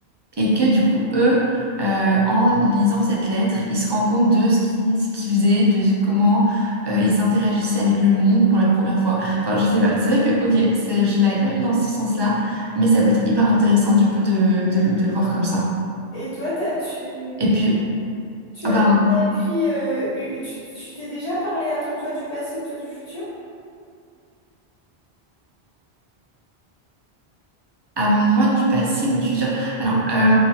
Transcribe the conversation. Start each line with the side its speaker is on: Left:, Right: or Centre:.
Right: Et que du coup, eux, euh, en lisant cette lettre, ils se rendent compte de ce qu'ils ce qu'ils faisaient, de comment euh, ils interagissaient avec le monde pour la première fois. Enfin, je sais pas. C'est vrai que, ok, c'est- je l'avais pas eu dans ce sens-là, mais ça peut être hyper intéressant du coup de, de- de le voir comme ça.
Left: Et toi, t'as, tu,
Right: Et puis,
Left: tu
Right: ah
Left: as
Right: ben,
Left: déjà écrit, euh, u- tu tu t'es déjà parlé à ton toi du passé ou toi du futur?
Right: à moins du passif ou du futur. Alors, euh,